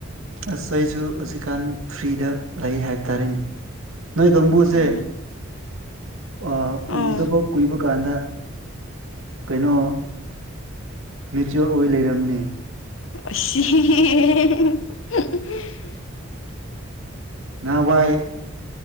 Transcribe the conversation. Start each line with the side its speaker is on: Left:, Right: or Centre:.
Right: ꯑꯁ ꯑꯩꯁꯨ ꯍꯧꯖꯤꯛꯀꯥꯟ ꯐ꯭ꯔꯤꯗ ꯂꯩ ꯍꯥꯏꯕ ꯇꯥꯔꯦꯅꯦ ꯅꯣꯏ ꯀꯥꯡꯕꯨꯁꯦ
Left: ꯎꯝ
Right: ꯑꯣ
Left: ꯑꯥ
Right: ꯎꯗꯕ ꯀꯨꯏꯕ ꯀꯥꯟꯗ ꯀꯩꯅꯣ ꯃꯦꯆꯣꯔ ꯑꯣꯏ ꯂꯩꯔꯝꯃꯤꯅꯦ
Left: <unintelligible> <unintelligible>
Right: ꯅꯍꯥꯟꯋꯥꯏ